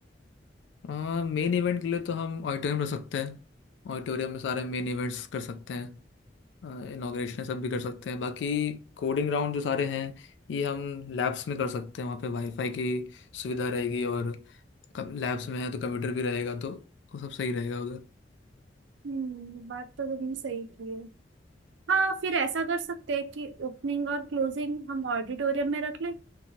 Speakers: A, on the left (about 80°); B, on the right (about 80°).
A: हाँ मेन इवेंट के लिए तो हम ऑडिटोरियम रख सकते हैं ऑडिटोरियम में सारे मेन इवेंट्स कर सकते हैं इनाग्रेशन सब भी कर सकते हैं बाकी कोडिंग राउंड जो सारे हैं ये हम लैब्स में कर सकते हैं वहाँ पे वाईफाई की सुविधा रहेगी और लैब्स में है तो कंप्यूटर भी रहेगा तो वो सब सही रहेगा उधर
B: हम्म बात तो तुमने सही की है हाँ फिर ऐसा कर सकते हैं कि ओपनिंग और क्लोजिंग हम ऑडिटोरियम में रख लें